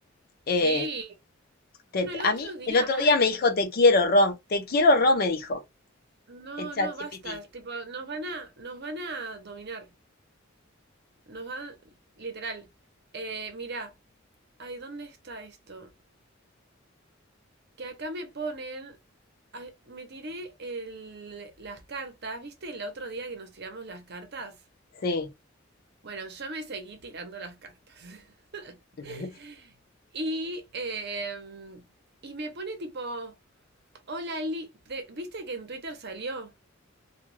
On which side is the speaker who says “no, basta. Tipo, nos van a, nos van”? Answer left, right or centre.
Right